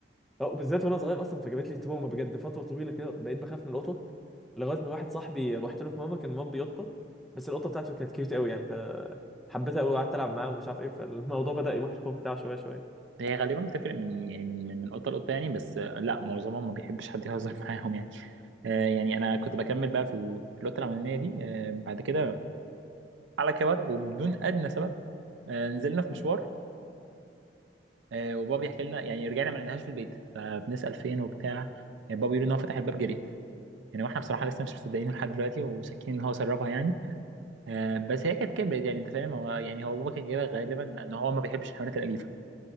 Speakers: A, in the centre; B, on the right (about 85°).
A: أو بالذات وانا صغير اصلا فجابت لي تروما بجد فتره طويله كده بقيت بخاف من القطط لغايه ما واحد صاحبي رحت له في مره كان مربي قطه بس القطه بتاعته كانت كيوت قوي يعني فحبيتها قوي وقعدت العب معاه ومش عارف ايه فالموضوع بدا يروح الخوف بتاعه شويه شويه
B: هي غالبا بتفرق من يعني من من من قطه لقطه يعني بس آه، لا معظمهم ما بيحبش حد يهزر <laughs> معاهم يعني آه، يعني انا كنت بكمل بقى في ال- في القطه الاولانيه دي آه، بعد كده على كبر وبدون ادنى سبب آه، نزلنا في مشوار آه، وبابا بيحكي لنا يعني رجعنا ما لقيناهاش في البيت فبنسال فين وبتاع آه، بابا بيقول ان هو فتح الباب جريت يعني واحنا بصراحه لسه مش مصدقينه لحد دلوقتي وشاكين ان هو سربها يعني آه، بس هي كانت كبرت يعني انت فاهم هو يعني هو بابا كان جايبها غالبا ان هو ما بيحبش الحيوانات الاليفه